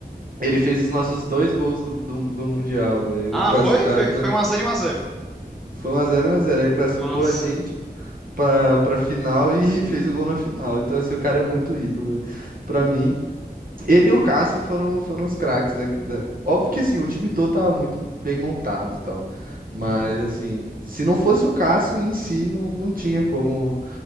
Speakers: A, on the right; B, in the centre.
A: Ele fez os nossos dois gols do, do, do Mundial, velho.
B: Ah,
A: O classi...
B: foi?
A: a
B: Foi,
A: cla-
B: foi um x 0 e um x 0
A: Foi um a zero é um a zero Ele classificou
B: Nossa.
A: a gente pra, pra final e <laughs> fez o gol na final. Então, assim, o cara é muito ídolo, velho. Pra mim. Ele e o Cássio foram, foram os craques daqui da... Óbvio que, assim, o time todo tava muito bem montado e tal. Mas,
B: Uhum.
A: assim, se não fosse o Cássio em si, não, não tinha como